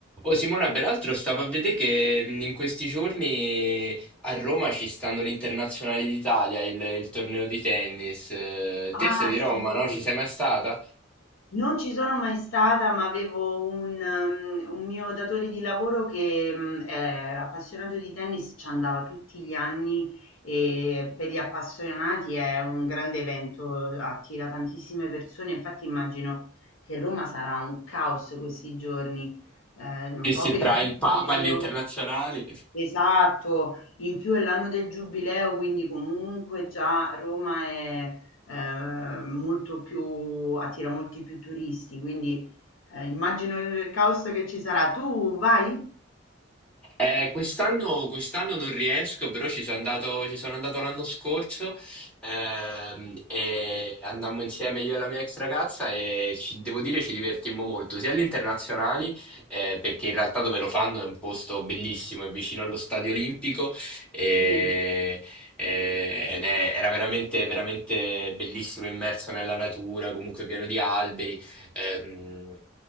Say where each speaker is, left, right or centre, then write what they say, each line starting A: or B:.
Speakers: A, in the centre; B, on the left.
A: Oh, Simona, peraltro stavo a vedere che mh, in questi giorni a Roma ci stanno l'Internazionale d'Italia, il, il torneo di tennis. Eh,
B: Ah
A: Te sei di
B: sì,
A: Roma, no? Ci sei mai stata?
B: non ci sono mai stata, ma avevo un, ehm, un mio datore di lavoro che mh, è appassionato di tennis, ci andava tutti gli anni e per gli appassionati è un grande evento, attira tantissime persone, infatti immagino che Roma sarà un caos questi giorni, eh, un
A: Sì, sì,
B: po' per
A: tra
B: il giubileo.
A: il Papa e l'Internazionale.
B: Esatto, in più è l'anno del giubileo, quindi comunque già Roma è eh, molto più, attira molti più turisti, quindi eh, immagino il caos che ci sarà. Tu vai?
A: Eh, quest'anno, quest'anno non riesco, però ci sono andato, ci sono andato l'anno scorso ehm, e andammo insieme io e la mia ex ragazza e ci- devo dire ci divertimmo molto, sia agli internazionali, eh, perché in realtà dove lo fanno è un posto bellissimo, è vicino allo Stadio Olimpico e-
B: Sì.
A: e- ed è- era veramente, veramente bellissimo, immerso nella natura, comunque pieno di alberi. ehm,